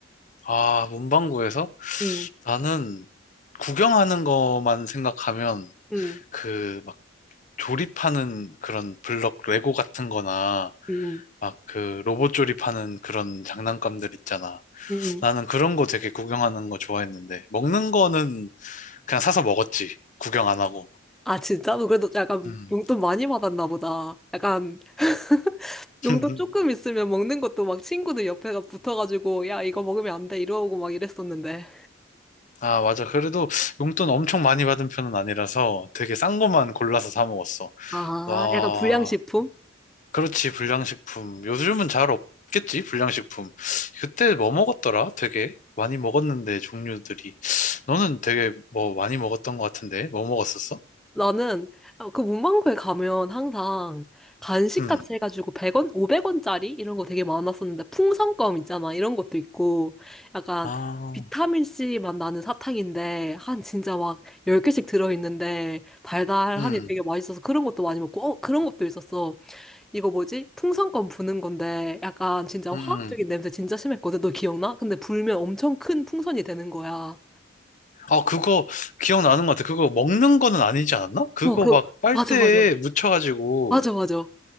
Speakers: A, on the left (about 40°); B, in the centre.
A: 아, 문방구에서?
B: 응,
A: 나는 구경하는 것만 생각하면
B: 응,
A: 그 막 조립하는 그런 블럭 레고 같은 거나
B: 응,
A: 막 그 로봇 조립하는 그런 장난감들 있잖아.
B: 응. 응.
A: 나는 그런 거 되게 구경하는 거 좋아했는데 먹는 거는 그냥 사서 먹었지. 구경 안 하고.
B: 아, 진짜? 너 그래도 약간
A: 음.
B: 용돈 많이 받았나 보다. 약간 <laughs>
A: <laughs>
B: 용돈 조금 있으면 먹는 것도 막 친구들 옆에가 붙어가지고, 야, 이거 먹으면 안 돼. 이러고 막 이랬었는데.
A: 아, 맞아. 그래도 용돈 엄청 많이 받은 편은 아니라서 되게 싼 것만 골라서 사 먹었어.
B: 아,
A: 와,
B: 약간 불량식품?
A: 그렇지. 불량식품. 요즘은 잘 없겠지? 불량식품. 그때 뭐 먹었더라? 되게 많이 먹었는데, 종류들이. 너는 되게 뭐 많이 먹었던 것 같은데? 뭐 먹었었어?
B: 나는 어, 그 문방구에 가면 항상 간식
A: 음.
B: 같이 해가지고 100원, 500원짜리 이런 거 되게 많았었는데 풍선껌 있잖아. 이런 것도 있고 약간
A: 아,
B: 비타민C 맛 나는 사탕인데 한 진짜 막 10개씩 들어있는데 달달하니
A: 음,
B: 되게 맛있어서 그런 것도 많이 먹고 어, 그런 것도 있었어. 이거 뭐지? 풍선껌 부는 건데 약간 진짜
A: 음,
B: 화학적인
A: 음.
B: 냄새 진짜 심했거든. 너 기억나? 근데 불면 엄청 큰 풍선이 되는 거야.
A: 아, 그거 기억나는 것 같아. 그거 먹는 거는 아니지 않았나? 그거
B: 어, 그
A: 막 빨대에
B: 맞아 맞아.
A: 묻혀가지고.
B: 맞아 맞아.